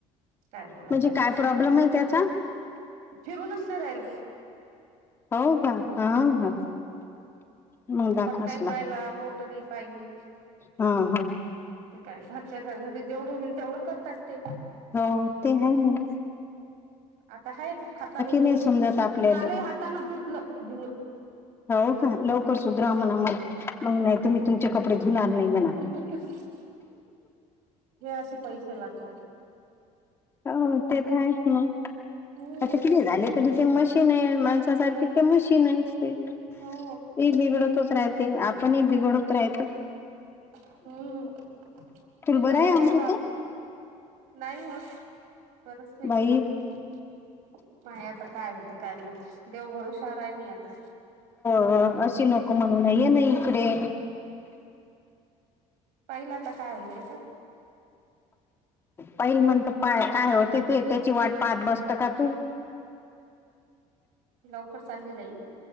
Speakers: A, on the right; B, on the left.
A: काय झालं
B: म्हणजे काय
A: नाही
B: प्रॉब्लेम आहे त्याचा?
A: फिरूनच नाही राहील
B: हो का? हा हा मग दाखवाच
A: पट्टा ही
B: लागत
A: पाहिला मोटर इ पाहिली
B: हा हा
A: ते काय सात सी हजारी जेवढं होईल तेवढं करतात ते
B: हो ते आहे ना
A: आता ह हाताने
B: नाही
A: धुण
B: समजत आपल्याले
A: कालही हाताानं धुतलं धुण.
B: हो का लवकर सुधराव म्हणा मग मग नाही तुम्ही तुमच्या कपडे धुणार नाही मणा
A: <unintelligible> हे असे पैसे लागतात
B: हो ते का आहेच मग
A: हम्म
B: आता किती झाले? तरी जे मशीन आहे माणसासारखी ते मशीन आहे ते
A: हो
B: ते बिघडतच राहते आपणही बिघडत राहत.
A: हम्म
B: तुला
A: विंदता
B: बरं आहे अमृता
A: बोलला होता नाही व पर नाही
B: बाई
A: आहे मला माय आता काय होते काय माहिती, देव भरोश्यावर आहे मी आता.
B: अ असशी नोक म्हणूनये ना इकडे
A: पाहिलं आता काय होतंय तर
B: पहिल म्हणत काय होते ते त्याची वाट पाहत बसतं का तू?
A: लवकर चालली जाईल